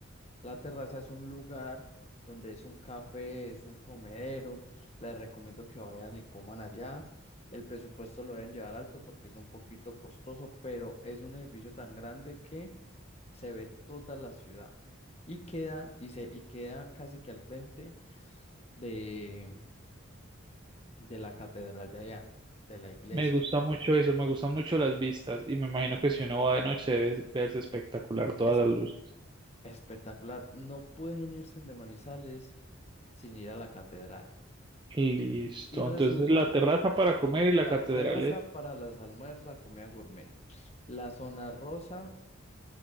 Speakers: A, on the left (about 30°); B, on the right (about 20°).
A: La terraza es un lugar donde es un café, es un comedero. Les recomiendo que vayan y coman allá. El presupuesto lo deben llevar alto porque es un poquito costoso, pero es un edificio tan grande que se ve toda la ciudad y queda, y se, y queda casi que al frente de, de la catedral de allá, de la iglesia.
B: Me gusta mucho eso, me gustan mucho las vistas y me imagino que si uno va de noche debe verse espectacular todas
A: Es
B: las luces.
A: Espectacular. No pueden irse de Manizales sin ir a la catedral.
B: Listo.
A: Y resulta
B: Entonces la terraza para comer y la
A: la
B: catedral
A: terraza
B: es.
A: para los almuerzos, la comida gourmet, la zona rosa